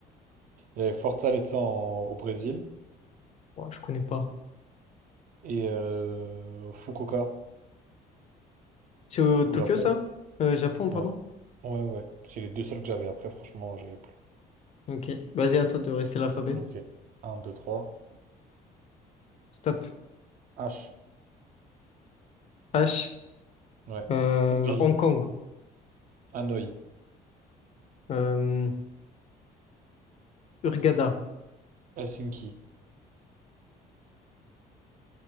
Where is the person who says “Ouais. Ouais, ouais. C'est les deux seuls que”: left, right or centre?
Right